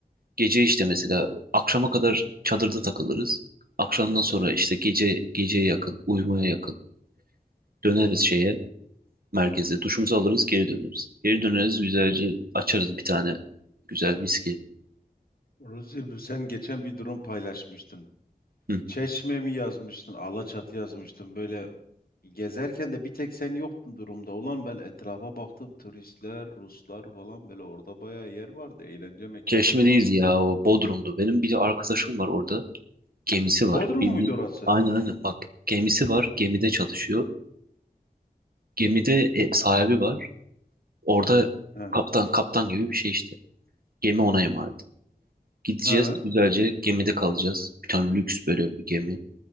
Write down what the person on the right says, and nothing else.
Gece işte mesela akşama kadar çadırda takılırız. Akşamdan sonra işte gece geceye yakın, uyumaya yakın döneriz şeye, merkeze. Duşumuzu alırız, geri döneriz. Geri döneriz güzelce açarız bir tane güzel viski.
Hı.
Çeşme
değil ya o Bodrum'du. Benim bir arkadaşım var orada. Gemisi var.
Bildiğin.
Aynen aynen bak gemisi var. Gemide çalışıyor. Gemide e, sahibi var. Orada
kaptan kaptan gibi bir şey işte. Gemi ona emanet. Gideceğiz
güzelce gemide kalacağız. Bir tane lüks böyle bir gemi.